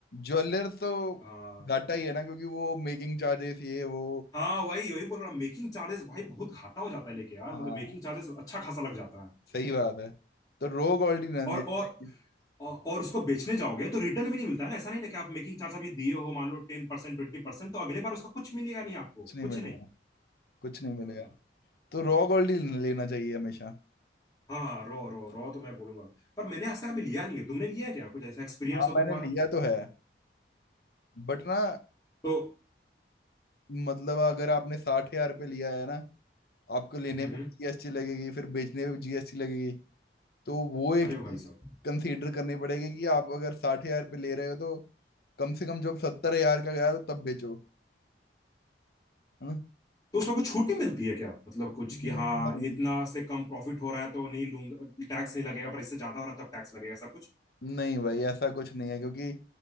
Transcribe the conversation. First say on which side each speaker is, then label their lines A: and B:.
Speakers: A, on the left; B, on the left.
A: ज्वेलर तो
B: हाँ
A: घाटा ही है ना क्योंकि वो मेकिंग चार्जेस ये वो
B: हाँ वही वही बोल रहा हूँ मेकिंग चार्जेस भाई बहुत घाटा हो जाता है लेके यार
A: हाँ
B: मतलब मेकिंग चार्जेस अच्छा खासा लग जाता है
A: सही बात है तो रॉ गोल्ड ही ना लेना
B: और और
A: चाहिए
B: और उसको बेचने जाओगे तो रिटर्न भी नहीं मिलता है ना ऐसा नहीं ना कि आप मेकिंग चार्ज अभी दिए हो मान लो टेन परसेंट ट्वेंटी परसेंट तो अगले बार उसका कुछ मिलेगा नहीं आपको
A: कुछ नहीं
B: कुछ
A: मिलेगा
B: नहीं
A: कुछ नहीं
B: हाँ
A: मिलेगा तो रॉ गोल्ड ही लेना चाहिए हमेशा
B: हाँ रॉ रॉ रॉ तो मैं बोलूंगा पर मैंने आज तक अभी लिया नहीं है तुमने लिया है क्या कुछ ऐसा एक्सपीरियंस
A: हाँ
B: हो तुम्हारा
A: मैंने लिया तो है बट ना
B: तो
A: मतलब अगर आपने साठ हजार पे लिया है ना आपको लेने
B: हम्म
A: पे
B: हम्म,
A: जीएसटी लगेगी फिर बेचने पे भी जीएसटी लगेगी तो वो एक
B: अरे
A: चीज
B: भाई साहब
A: कंसीडर करनी पड़ेगी कि आप अगर साठ हजार पे ले रहे हो तो कम से कम जब सत्तर हजार का गया तो तब बेचो है ना
B: तो उसमें कुछ छूट नहीं मिलती है क्या मतलब कुछ
A: नहीं
B: कि हाँ इतना से कम प्रॉफिट हो रहा है तो नहीं लूंगा टैक्स नहीं लगेगा पर इससे ज्यादा हो रहा है तब टैक्स लगेगा ऐसा कुछ
A: नहीं भाई ऐसा कुछ नहीं है क्योंकि